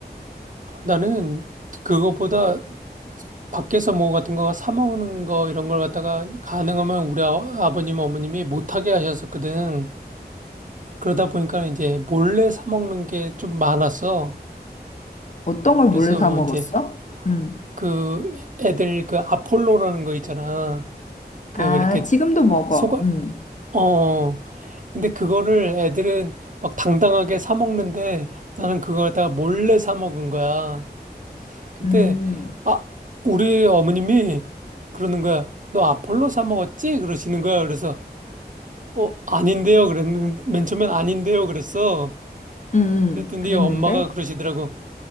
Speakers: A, on the right; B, on the left.
A: 나는 그거보다 밖에서 뭐 같은 거 사 먹는 거 이런 걸 갖다가 가능하면 우리 아- 아버님, 어머님이 못하게 하셨었거든. 그러다 보니까 이제 몰래 사 먹는 게 좀 많았어.
B: 어떤 걸
A: 그래서
B: 몰래 사
A: 뭐
B: 먹었어?
A: 이제
B: 음.
A: 그 애들 그 아폴로라는 거 있잖아. 그
B: 아,
A: 왜 이렇게
B: 지금도 먹어.
A: 속아
B: 음.
A: 어. 근데 그거를 애들은 막 당당하게 사 먹는데 나는 그걸 다 몰래 사 먹은 거야. 근데
B: 음.
A: 아, 우리 어머님이 그러는 거야. 너 아폴로 사 먹었지? 그러시는 거야. 그래서 어, 아닌데요. 그랬는 맨 처음엔 아닌데요. 그랬어.
B: 음,
A: 그랬더니
B: 음. 그랬는데?
A: 엄마가 그러시더라고.